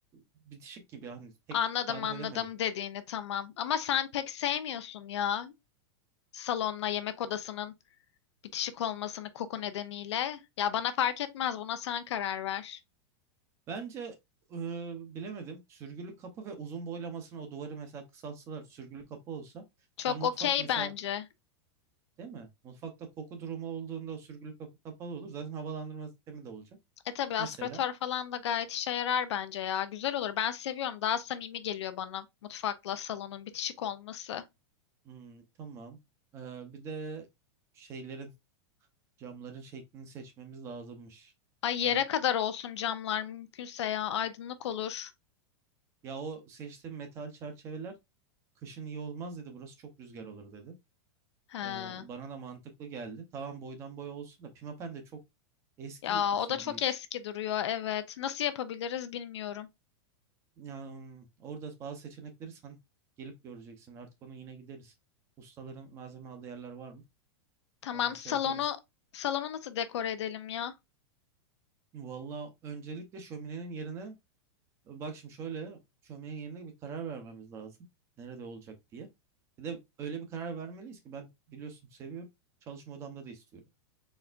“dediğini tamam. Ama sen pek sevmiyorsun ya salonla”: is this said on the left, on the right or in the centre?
Left